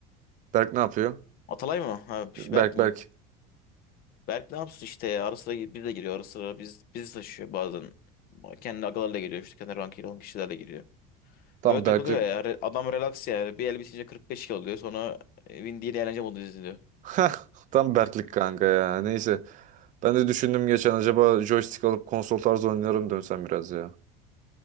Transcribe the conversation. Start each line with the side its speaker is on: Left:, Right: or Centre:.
Right: Berk ne yapıyor?
Left: Atalay mı? Ha, bir
Right: Berk
Left: şey- Berk mi?
Right: Berk.
Left: Berk ne yapsın işte ya. Ara sıra bir de giriyor. Ara sıra biz, bizi taşıyor bazen. Kendi agalarla giriyor. İşte kendi rankıyla olan kişilerle giriyor.
Right: Tam
Left: Öyle takılıyor
Right: Berklik.
Left: ya. Re- Adam relax yani. Bir el bitince 45 kilo oluyor. Sonra e, Win değil eğlence modu izliyor.
Right: <laughs> Hah, Tam Berklik kanka ya. Neyse. Ben de düşündüm geçen acaba joystick alıp konsol tarzı oynarım dönsem biraz ya.